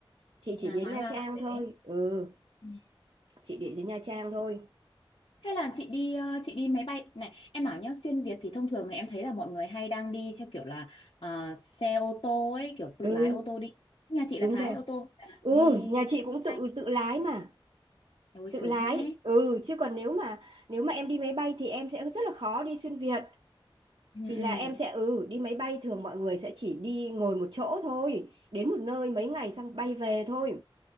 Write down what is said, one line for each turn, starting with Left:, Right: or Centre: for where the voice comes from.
Right: chị chỉ
Left: à
Right: đến
Left: hóa
Right: Nha
Left: ra
Right: Trang
Left: là thế.
Right: thôi ừ
Left: Ừ.
Right: chị để đến Nha Trang thôi
Left: Hay là chị đi ờ, chị đi máy bay này em bảo nhá xuyên Việt thì thông thường thì em thấy là mọi người hay đang đi theo kiểu là ờ, xe ô tô ấy kiểu tự
Right: ừ
Left: lái ô tô đi nhà chị
Right: đúng
Left: là Thái
Right: rồi
Left: ô tô hay là
Right: ừ
Left: đi
Right: nhà chị cũng tự
Left: Ai?
Right: tự lái mà
Left: ôi
Right: tự
Left: sướng
Right: lái
Left: thế
Right: ừ chứ còn nếu mà nếu mà em đi máy bay thì em sẽ rất là khó đi xuyên Việt
Left: ừ,
Right: thì là
Left: ừ.
Right: em sẽ ừ đi máy bay thường mọi người sẽ chỉ đi ngồi một chỗ thôi đến một nơi mấy ngày xong bay về thôi